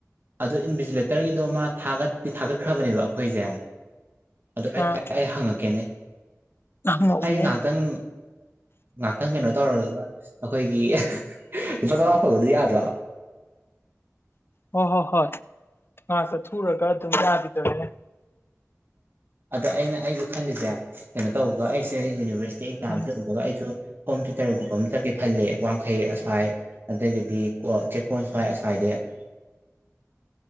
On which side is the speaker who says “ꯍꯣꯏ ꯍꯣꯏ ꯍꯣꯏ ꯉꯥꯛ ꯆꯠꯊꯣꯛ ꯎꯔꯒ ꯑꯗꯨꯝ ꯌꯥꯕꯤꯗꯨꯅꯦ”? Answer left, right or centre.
Left